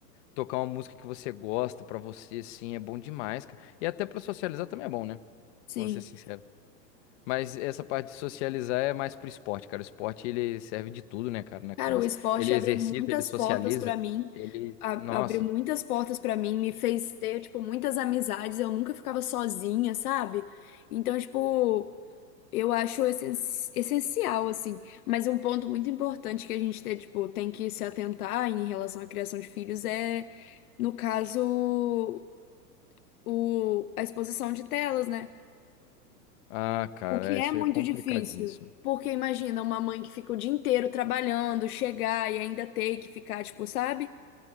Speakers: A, on the left; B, on the left.
A: Tocar uma música que você gosta pra você, assim, é bom demais, cara. E até pra socializar também é bom, né?
B: Sim.
A: Pra ser sincero. Mas essa parte de socializar é mais pro esporte, cara. O esporte, ele serve de tudo, né, cara, na
B: Cara,
A: criança.
B: o esporte
A: Ele exercita,
B: abriu muitas
A: ele socializa,
B: portas pra mim,
A: ele...
B: a-
A: Nossa.
B: abriu muitas portas pra mim, me fez ter, tipo, muitas amizades, eu nunca ficava sozinha, sabe? Então, tipo, eu acho essen- essencial, assim, mas um ponto muito importante que a gente tem, tipo, tem que se atentar em relação à criação de filhos é, no caso, o, a exposição de telas, né?
A: Ah, cara,
B: O que é
A: isso
B: muito
A: aí é complicadíssimo.
B: difícil. Porque imagina uma mãe que fica o dia inteiro trabalhando, chegar e ainda ter que ficar, tipo, sabe?